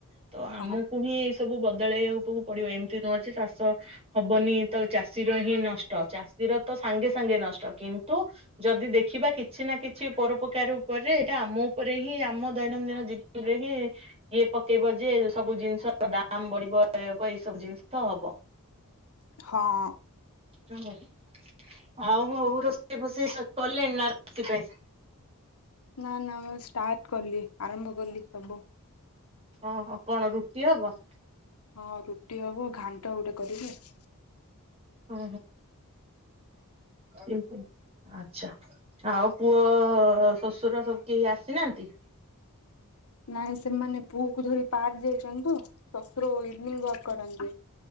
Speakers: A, on the right; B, on the left.
A: ତ ଆମକୁ
B: ହଁ
A: ହିଁ ସବୁ ବଦଳେଇବାକୁ ତମକୁ ପଡିବ ଏମିତି ନୁହଜେ ଚାଷ ହବନି ତ ଚାଷୀର ହିଁ ନଷ୍ଟ ଚାଷୀର ତ ସାଙ୍ଗେ ସାଙ୍ଗେ ନଷ୍ଟ କିନ୍ ତୁ ଯଦି ଦେଖିବା କିଛି ନା କିଛି ପରୋପକାର ଉପରେ ଏଇଟା ଆମୋ ଉପରେ ହିଁ ଆମ ଦୈନନ୍ଦିନ ଜୀବନରେ ହିଁ ଇଏ ପକେଇବ ଯେ ସବୁ ଜିନିଷର ଦାମ ବଢିବ ଏଇ ହବ ଏ ସବୁ ଜିନିଷ ତ ହବ।
B: ହଁ।
A: ହଉ ଆଉ ମୋ ବୋଉ ରୋଷେଇ ଫୋଷେଇ ସବୁ କଲେଣି ନା ରାତି ପାଇଁ।
B: ନା ନା ମୁଁ ଷ୍ଟାର୍ଟ କଲି ଆରମ୍ଭ କଲି ସବୁ।
A: ହଁ ହ କଣ ରୁଟି ହବ।
B: ହଁ ରୁଟି ହବ ଘାଣ୍ଟ ଗୋଟେ କରିବି ଆଉ।
A: ହୁଁ ହୁଁ। ଆଚ୍ଛା ଆଉ ପୁଅ ଶଶୁର ସବୁ କେହି ଆସିନାହାନ୍ତି।
B: ନାଇଁ ସେମାନେ ପୁଅ କୁ ଧରି ପାର୍କ ଯାଇଛନ୍ତିନ୍ତ। ଶଶୁର ୱିନିଙ୍ଗ୍ ୱାକ୍ କରନ୍ତି।